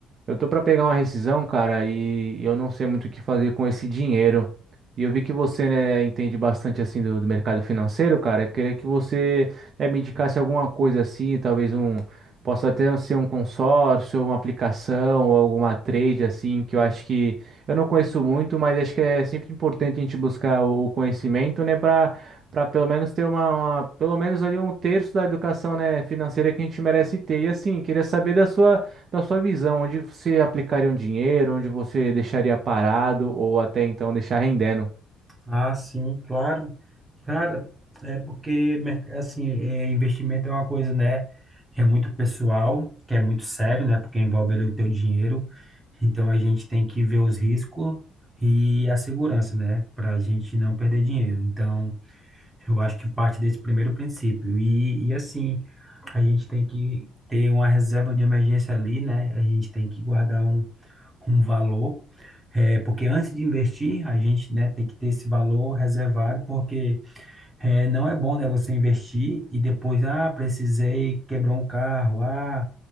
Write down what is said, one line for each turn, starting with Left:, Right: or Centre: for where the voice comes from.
Right: eu tô pra pegar uma rescisão, cara, e eu não sei muito o que fazer com esse dinheiro. E eu vi que você, né, entende bastante assim do, do mercado financeiro, cara. Eu queria que você, né, me indicasse alguma coisa assim, talvez um Possa até ser um consórcio, uma aplicação ou alguma trade assim, que eu acho que eu não conheço muito, mas acho que é sempre importante a gente buscar o o conhecimento, né, para para pelo menos ter uma, uma- pelo menos ali um terço da educação, né, financeira que a gente merece ter. E assim, queria saber da sua, da sua visão, onde você aplicaria um dinheiro, onde você deixaria parado ou até então deixar rendendo.
Centre: Ah, sim, claro. Cara, é porque, merc- assim, é, investimento é uma coisa, né, que é muito pessoal, que é muito sério, né, porque envolve ali o teu dinheiro. Então a gente tem que ver os riscos e a segurança, né, para a gente não perder dinheiro. Então. Eu acho que parte desse primeiro princípio. E, e assim, a gente tem que ter uma reserva de emergência ali, né? A gente tem que guardar um, um valor, é, porque antes de investir, a gente, né, tem que ter esse valor reservado, porque é, não é bom, né, você investir e depois, ah, precisei, quebrou um carro, ah,